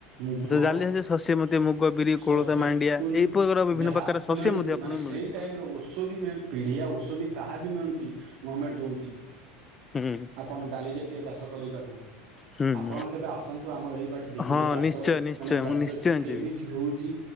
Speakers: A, on the right; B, on the left.
A: ମୁଗ
B: ଜାଲି ଚାଷ ଶସ୍ୟ
A: ଅ
B: ମଧ୍ୟ ମୁଗ ବିରି କୋଳଥ
A: ଶସ୍ୟ,
B: ମାଣ୍ଡିଆ
A: ପୁଞ୍ଜି
B: ଏଇ ପ୍ରକାର ବିଭିନ୍ନ
A: ଯାହା।
B: ପ୍ରକାର ଶସ୍ୟ
A: ମିଳୁଛି
B: ମଧ୍ୟ ଆପଣଙ୍କୁ
A: ମାନେ ସେଇ
B: ମିଳୁଛି।
A: ଟାଇମ୍ ର ଓ ଷ ବି ମେନ ପିଢିଆ, ଓଷ ବି ତାହା ବି ମିଳୁଛି ଗମେଣ୍ଟ ଦଉଛି।
B: ହୁଁ।
A: ଆପଣ ଡାଲି ଜାତୀୟ ଚାଷ କରିବାକୁ
B: ହୁଁ
A: ଆପଣ
B: ହୁଁ
A: କେବେ ଆସନ୍ତୁ ଆମର ଏଇ ବାଟ ଦେଖିବେ
B: ହଁ
A: ଚାଷ
B: ନିଶ୍ଚୟ ନିଶ୍ଚୟ
A: ମାନେ ଚାଷ
B: ମୁଁ ନିଶ୍ଚୟ
A: କେମିତି
B: ଯିବି
A: ହଉଛି